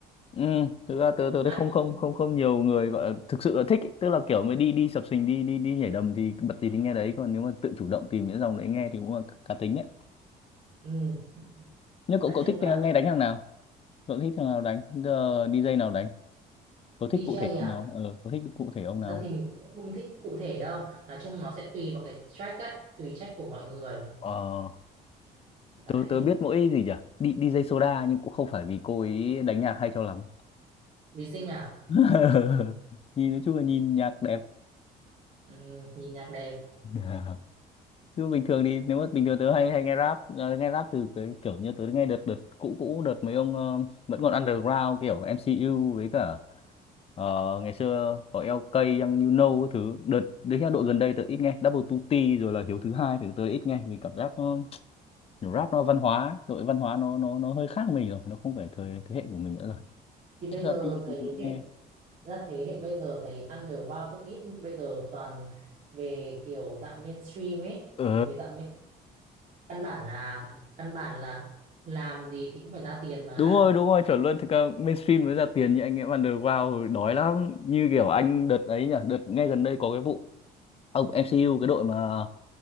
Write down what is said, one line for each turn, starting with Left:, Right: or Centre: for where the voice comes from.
Left: Ừ, thực ra tớ, tớ đây
Right: ai
Left: không không
Right: không
Left: không không nhiều người gọi là thực sự là thích ý. tức là kiểu mới đi đi sập sình đi đi đi nhảy đầm thì bật gì thì nghe đấy còn nếu mà tự chủ động tìm những dòng đấy nghe thì cũng là cá tính đấy
Right: ừ.
Left: Nhưng cậu
Right: nói
Left: cậu
Right: chung
Left: thích
Right: là
Left: ờ, nghe đánh thằng nào? Cậu thích thằng nào đánh? Ờ, DJ nào đánh? Cậu thích
Right: DJ
Left: cụ thể ông
Right: à
Left: nào? Ờ, cậu thích cụ thể ông nào?
Right: ra thì mình cũng không thích cụ thể đâu nói chung nó sẽ tùy vào cái track ấy tùy track của mọi người
Left: Ờ,
Right: đấy
Left: tớ tớ biết mỗi gì nhỉ? Đi đi dây Soda nhưng cũng không phải vì cô ấy đánh nhạc hay cho lắm.
Right: vì sinh à
Left: <laughs> Nhìn nói chung là nhìn nhạc đẹp.
Right: ừ, nhìn nhạc đẹp
Left: <laughs> Chứ bình thường thì nếu mà bình thường tớ hay hay nghe rap ờ, nghe rap từ cái kiểu như tớ nghe đợt đợt cũ cũ đợt mấy ông ờ, vẫn còn underground kiểu MCU với cả ờ, ngày xưa có LK Young You Know cái thứ đợt đến là đội gần đây tớ ít nghe Double two t rồi là Hiếu thứ hai thì tớ ít nghe vì cảm giác nó kiểu rap nó văn hóa đội văn hóa nó nó nó hơi khác mình rồi nó không phải thời thế hệ của mình nữa rồi
Right: thì bây
Left: chắc
Right: giờ
Left: là tớ
Right: thấy
Left: tớ cũng
Right: hệ
Left: nghe
Right: ra thế hệ bây giờ thấy underground cũng ít bây giờ toàn về kiểu dạng mainstream ấy
Left: Ờ
Right: về dạng main... căn bản là căn bản là làm gì thì cũng phải ra tiền mà
Left: đúng rồi đúng rồi chuẩn luôn thực ra mainstream mới ra tiền như anh em underground rồi đói lắm như kiểu anh đợt ấy nhỉ đợt ngay gần đây có cái vụ ông MCU cái đội mà